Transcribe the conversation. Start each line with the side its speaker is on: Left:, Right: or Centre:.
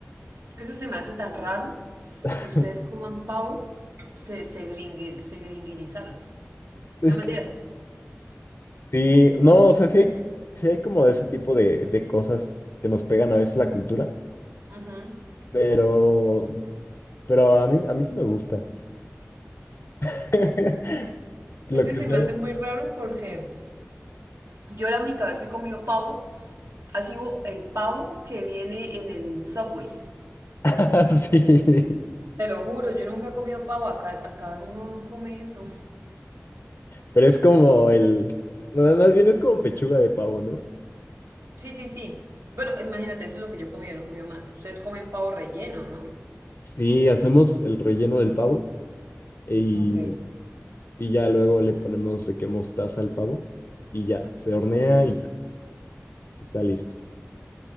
Right: Eso se me hace tan raro
Left: <laughs>
Right: que ustedes coman pavo, se, se, gringui- se gringuirizaron.
Left: Es
Right: No mentiras.
Left: que sí, no, o sea, sí hay, sí hay como de ese tipo de, de cosas que nos pegan a veces la cultura,
Right: Ujú.
Left: pero Pero a mí, a mí sí me gusta. <laughs> Lo
Right: Es que
Left: que
Right: se
Left: sea.
Right: me hace muy raro porque Yo la única vez que he comido pavo ha sido el pavo que viene en el Subway.
Left: <laughs> Sí.
Right: Te lo juro, yo nunca he comido pavo. Acá, acá uno no come eso.
Left: Pero es como el. no, Más bien es como pechuga de pavo, ¿no?
Right: Sí, sí, sí. Bueno, imagínate, eso es lo que yo he comido, no he comido más. Ustedes comen pavo relleno, ¿no?
Left: Sí, hacemos el relleno del pavo y,
Right: Ok.
Left: y ya luego le ponemos de que mostaza al pavo y ya, se hornea
Right: Ok.
Left: y ya, está listo.